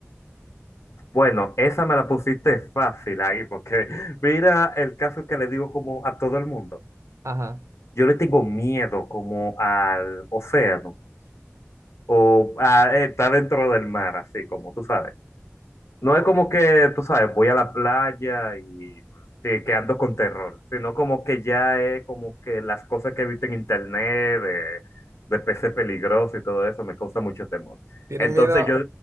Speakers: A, on the left; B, on the right.
A: Bueno, esa me la pusiste fácil ahí, porque <laughs> mira el caso que le digo como a todo el mundo.
B: Ajá.
A: Yo le tengo miedo como al océano. O ah, eh, está dentro del mar, así como tú sabes. No
B: O-
A: es como que, tú sabes, voy a la playa y te- que ando con terror, sino como que ya es como que las cosas que he visto en internet de, de peces peligrosos y todo eso me causa mucho temor.
B: ¿Tienes
A: Entonces
B: miedo, a-
A: yo,